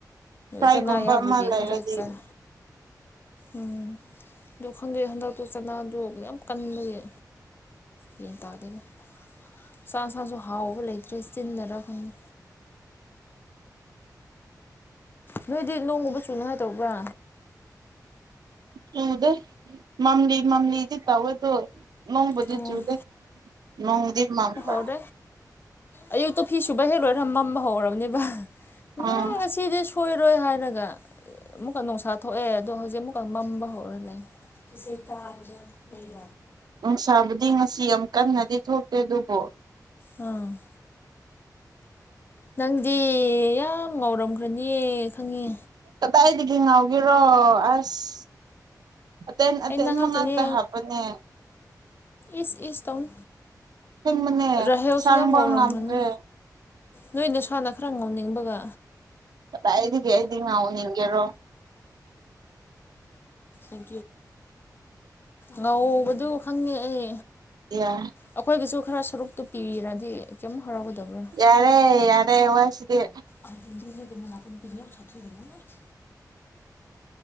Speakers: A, on the right (about 75°); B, on the left (about 30°).
A: ꯐ꯭ꯔꯥꯏꯒꯨꯝꯕ
B: ꯆꯅꯥ ꯌꯥꯎꯕꯒꯤ
A: ꯑꯃ ꯂꯩꯔꯗꯤ
B: ꯈꯔ ꯆꯥꯏ ꯎꯝ ꯑꯗꯣ ꯈꯪꯗꯦ ꯍꯟꯗꯛꯇꯨ ꯆꯅꯥꯗꯣ ꯌꯥꯝ ꯀꯟꯕꯒꯤ ꯒꯌꯥꯟ ꯇꯥꯗꯦꯗ ꯆꯥꯛ ꯏꯟꯁꯥꯡꯁꯨ ꯍꯥꯎꯕ ꯂꯩꯇ꯭ꯔꯦ ꯆꯤꯟꯅꯔ ꯈꯪꯗꯦ ꯅꯣꯏꯗꯤ ꯅꯣꯡꯒꯨꯝꯕ ꯆꯨꯅꯤꯉꯥꯏ ꯇꯧꯕ꯭ꯔꯥ
A: ꯆꯨꯗꯦ ꯃꯝꯂꯤ ꯃꯝꯂꯤꯗꯤ ꯇꯧꯌꯦ ꯗꯨ ꯅꯣꯡꯕꯨꯗꯤ
B: ꯑꯣ
A: ꯆꯨꯗꯦ ꯅꯣꯡꯗꯤ ꯃꯪꯕ
B: ꯇꯧꯗꯦ ꯑꯌꯨꯛꯇꯣ ꯐꯤ ꯁꯨꯕ ꯍꯦꯛ ꯂꯣꯏꯔ ꯃꯝꯕ ꯍꯧꯔꯕꯅꯦꯕ ꯎꯝ
A: ꯑꯥ
B: ꯉꯁꯤꯗꯤ ꯁꯨ ꯁꫭꯏꯔꯣꯏ ꯍꯥꯏꯔꯒ ꯑꯃꯨꯛꯀ ꯅꯨꯡꯁꯥ ꯊꯣꯛꯑꯦ ꯑꯗꯣ ꯍꯧꯖꯤꯛ ꯑꯃꯨꯛꯀ ꯃꯝꯕ ꯍꯧꯔ ꯂꯩ <unintelligible>
A: ꯅꯨꯡꯁꯥꯕꯨꯗꯤ ꯉꯁꯤ ꯌꯥꯝ ꯀꯟꯅꯗꯤ ꯊꯣꯛꯇꯦ ꯑꯗꯨꯕꯨ
B: ꯎꯝ ꯅꯪꯗꯤ ꯌꯥꯝ ꯉꯥꯎꯔꯝꯈ꯭ꯔꯅꯤꯌꯦ ꯈꯪꯉꯦ
A: ꯀꯗꯥꯏꯗꯒꯤ ꯉꯧ ꯌꯔꯣ <unintelligible> ꯑꯁ ꯑꯇꯦꯟ ꯑꯇꯦꯟ
B: ꯑꯩ ꯅꯪ ꯉꯥꯛꯇꯅꯦ
A: ꯃꯉꯇ ꯍꯥꯞꯄꯅꯦ
B: ꯏꯁ ꯏꯁ ꯇꯧꯟ
A: ꯑꯁꯦꯡꯕꯅꯦ
B: ꯔꯍꯌꯁꯨ
A: ꯁꯥꯡꯕ
B: ꯌꯥꯝ ꯋꯥꯎꯔꯝꯃꯅꯤ
A: ꯉꯝꯗ꯭ꯔꯦ
B: ꯅꯣꯏ ꯅꯁꯥꯅ ꯈꯔ ꯉꯧꯅꯤꯡꯕꯒ
A: ꯀꯗꯥꯏꯗꯒꯤ ꯑꯩꯗꯤ ꯉꯧꯅꯤꯡꯒꯦꯔꯣ
B: ꯎꯝ ꯉꯧꯕꯗꯨ ꯈꯪꯉꯦ ꯑꯩ
A: ꯌꯥ
B: ꯑꯩꯈꯣꯏꯒꯤꯁꯨ ꯈꯔ ꯁꯔꯨꯛꯇꯨ ꯄꯤꯔꯗꯤ ꯀꯩꯝ ꯍꯔꯥꯎꯒꯗꯕ꯭ꯔꯥ
A: ꯌꯥꯔꯦ ꯌꯥꯔꯦ ꯋꯥꯏ ꯁꯤꯗꯦ
B: ꯑ ꯄꯖꯗ ꯄꯕꯤꯅ ꯁꯥꯇꯤꯔꯤꯗꯕꯣꯅꯦ <unintelligible>